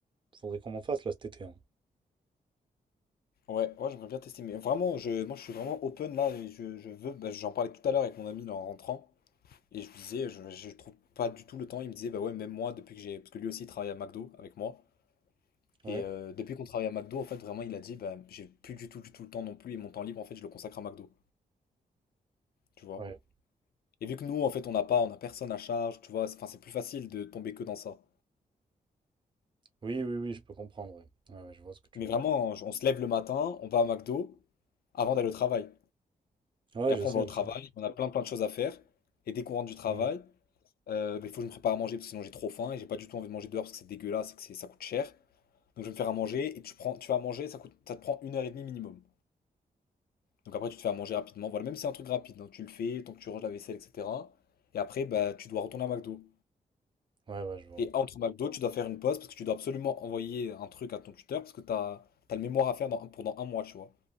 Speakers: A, on the right (about 30°); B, on the left (about 85°).
A: Faudrait qu'on en fasse là cet été. hein.
B: Ouais, ouais, j'aimerais bien tester. Mais vraiment, je, moi, je suis vraiment open là. Et je, je veux. bah, j'en parlais tout à l'heure avec mon ami là, en rentrant. Et je lui disais, je, je trouve pas du tout le temps. Il me disait, bah ouais, même moi, depuis que j'ai. Parce que lui aussi, il travaille à McDo avec moi.
A: Ouais,
B: Et euh, depuis qu'on travaille à McDo, en fait, vraiment, il a dit, bah, j'ai plus du tout, du tout le temps non plus. Et mon temps libre, en fait, je le consacre à McDo. Tu vois?
A: ouais.
B: Et vu que nous, en fait, on n'a pas, on a personne à charge. Tu vois? C'est- Enfin, c'est plus facile de tomber que dans ça.
A: Oui, oui, oui, je peux comprendre. Ouais, ouais, ouais, je vois ce que tu
B: Mais
A: veux
B: vraiment,
A: dire.
B: on, on se lève le matin, on va à McDo avant d'aller au travail.
A: Ouais,
B: Et après,
A: je sais,
B: on va au
A: je
B: travail,
A: sais.
B: on a plein plein de choses à faire. Et dès qu'on rentre du travail,
A: Mm.
B: Euh, mais il faut que je me prépare à manger parce que sinon j'ai trop faim et j'ai pas du tout envie de manger dehors parce que c'est dégueulasse et que c'est- ça coûte cher. Donc je vais me faire à manger et tu prends, tu vas manger, ça coûte, ça te prend une heure et demie minimum. Donc après tu te fais à manger rapidement. Voilà, même si c'est un truc rapide, hein, tu le fais, tant que tu ranges la vaisselle, etc. Et après, bah, tu dois retourner à McDo.
A: Ouais, ouais, je vois.
B: Et entre McDo, tu dois faire une pause parce que tu dois absolument envoyer un truc à ton tuteur parce que t'as, t'as le mémoire à faire dans- pendant un mois, tu vois.